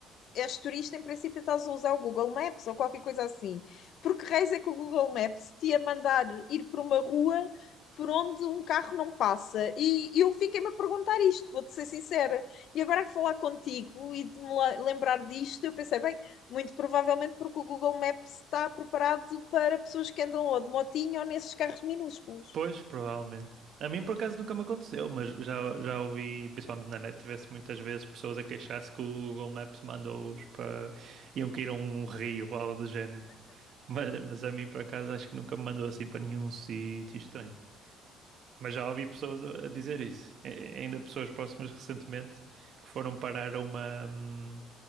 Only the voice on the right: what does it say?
Pois, provavelmente. A mim, por acaso, nunca me aconteceu, mas já, já ouvi, principalmente na net, ver-se muitas vezes pessoas a queixar-se que o Google Maps mandou-os para... iam cair a um rio ou algo do género. Mas, mas a mim, por acaso, acho que nunca me mandou assim para nenhum sítio estranho. Mas já ouvi pessoas a, a dizer isso. E- ainda pessoas próximas recentemente que foram parar a uma... hum,